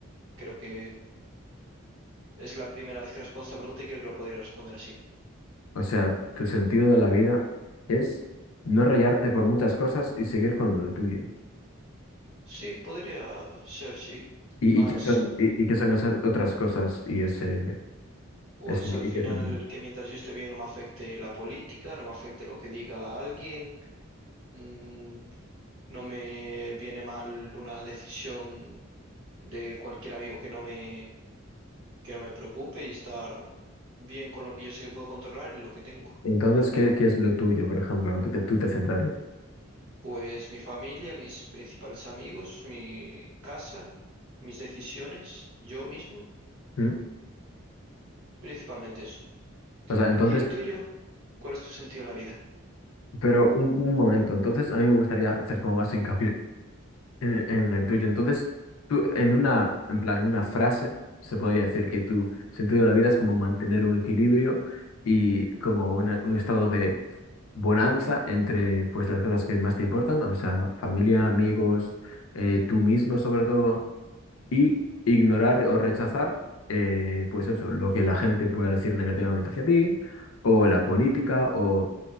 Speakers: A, on the right; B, on the left.
A: Creo que es la primera vez que respondo esta pregunta y creo que la podría responder así.
B: O sea, tu sentido de la vida es no rayarte por muchas cosas y seguir con lo tuyo.
A: Sí, podría ser, sí.
B: ¿Y,
A: Más,
B: y qué son, y, y qué son esas otras cosas y ese,
A: pues
B: ese
A: al
B: y
A: final
B: qué es lo tuyo?
A: que mientras yo esté bien no me afecte la política, no me afecte lo que diga alguien Mm, no me viene mal una decisión de cualquier amigo que no me, que no me preocupe y estar bien con lo que yo sé que puedo controlar y lo que tengo.
B: Entonces, ¿qué, qué es lo tuyo, por ejemplo, en lo que te- tú te centrarías?
A: Pues mi familia, mis principales amigos, mi casa, mis decisiones, yo mismo,
B: ¿Mm?
A: principalmente eso.
B: O sea, entonces,
A: ¿Y el tuyo? ¿Cuál es tu sentido a la vida?
B: pero un, un momento, entonces a mí me gustaría hacer como más hincapié En, en el tuyo. Entonces, tú, en una, en plan, en una frase, se podría decir que tu sentido de la vida es como mantener un equilibrio y como una- un estado de bonanza entre, pues, las cosas que más te importan, o sea, familia, amigos, eh, tú mismo sobre todo, y ignorar o rechazar, eh, pues eso, lo que la gente pueda decir negativamente hacia ti, o la política, o